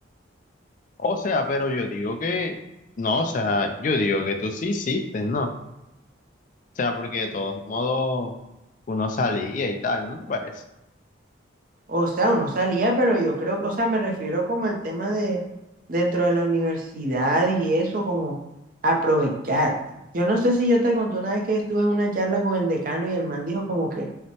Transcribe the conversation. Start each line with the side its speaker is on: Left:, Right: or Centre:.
Left: O sea, pero yo digo que, no, o sea, yo digo que tú sí hiciste, ¿no? O sea, porque de todos modos uno salía y tal, ¿no te parece?
Right: O sea, uno salía, pero yo creo que, o sea, me refiero como al tema de dentro de la universidad y eso, como aprovechar. Yo no sé si yo te conté una vez que estuve en una charla con el decano y el man dijo como que,